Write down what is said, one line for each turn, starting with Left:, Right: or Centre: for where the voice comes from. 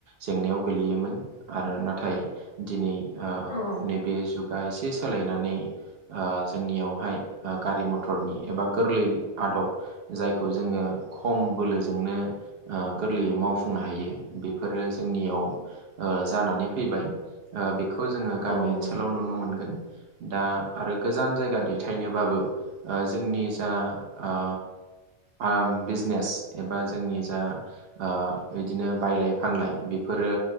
Right: जेंनायाव गोलैयोमोन आरो नाथाय दिनै ओ
Left: औ
Right: नैबे जुगा एसे सोलायनानै ओ जोंनियावहाय ओ गारि मथरनि एबा गोरलै आदब जायखौ जोङो खम बोलोजोंनो ओ गोरलैयै मावफुंनो हायो बेफोरो जोंनियाव ओ जानानै फैबाय। ओ बेखौ जोङो गामि
Left: औ औ
Right: ओनसोलाव
Left: नंगौ
Right: नुनो मोनगोन। दा आरो गोजान जायगा दैथायनोबाबो ओ जोंनि जा ओ आम बिजनेस एबा जोंनि जा ओ बिदिनो बायलाय फानलाय बेफोरो